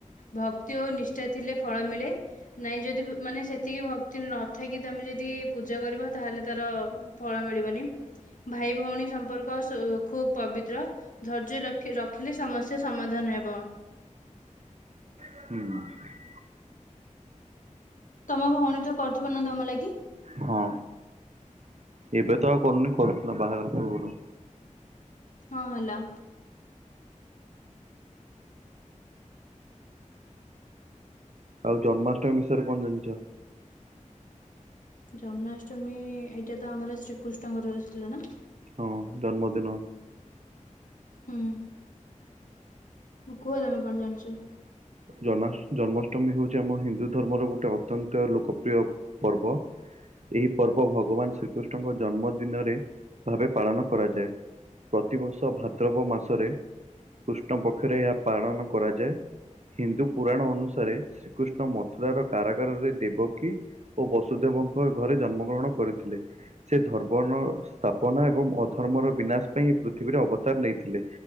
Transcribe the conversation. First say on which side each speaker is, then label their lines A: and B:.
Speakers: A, on the left; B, on the right.
A: ଭକ୍ତି ଓ ନିଷ୍ଠା ଥିଲେ ଫଳ ମିଳେ। ନାଇଁ ଯଦି ମାନେ ସେତିକି ଭକ୍ତି ନଥାଇକି ତୁମେ ଯଦି ପୂଜା କରବ ତା ହେଲେ ତାର ଫଳ ମିଳିବନି ଭାଇ ଭଉଣୀ ସମ୍ପର୍କ ସୁ ଖୁବ ପବିତ୍ର ଧୈର୍ଯ୍ୟ ଲକ୍ଷ ରଖିଲେ ସମସ୍ୟା ସମାଧାନ ହେବ।
B: <inaudible>
A: ତମ ଭଉଣୀ ତ କରିଥିବ ନା ତମ ଲାଗି?
B: ହଁ ଏବେ ତ ଆଉ କରୁନି କରୁଥିଲା ବାହାଘର ପୂର୍ବରୁ।
A: କଣ ହେଲା?
B: ଆଉ ଜନ୍ମାଷ୍ଟମୀ ବିଷୟରେ କଣ ଜାଣିଛ?
A: ଜନ୍ମାଷ୍ଟମୀ ଏଇଟା ତ ଆମର ଶ୍ରୀକୃଷ୍ଣଙ୍କର ର ଥିଲା ନା?
B: ହଁ ଜନ୍ମଦିନ
A: ହୁଁ କୁହ ତମେ କଣ ଜାଣିଛ?
B: ଜନ୍ମା, ଜନ୍ମାଷ୍ଟମୀ ହଉଛି ଆମ ହିନ୍ଦୁ ଧର୍ମର ଗୋଟେ ଅତ୍ୟନ୍ତ ଲୋକପ୍ରିୟ ପର୍ବ ଏହି ପର୍ବ ଭଗବାନ ଶ୍ରୀକୃଷ୍ଣଙ୍କ ଜନ୍ମଦିନରେ ଭାବେ ପାଳନ କରାଯାଏ। ପ୍ରତିବର୍ଷ ଭାଦ୍ରବ ମାସରେ କୃଷ୍ଣ ପକ୍ଷରେ ଏହା ପାଳନ କରାଯାଏ। ହିନ୍ଦୁ ପୁରାଣ ଅନୁସାରେ ଶ୍ରୀକୃଷ୍ଣ ମଥୁରାର କାରାଗାରରେ ଦେବକୀ ଓ ବସୁଦେବଙ୍କ ଘରେ ଜନ୍ମ ଗ୍ରହଣ କରିଥିଲେ। ସେ ଧର୍ମର ସ୍ଥାପନା ଏବଂ ଅଧର୍ମର ବିନାଶ ପାଇଁ ପୃଥିବୀରେ ଅବତାର ନେଇଥିଲେ।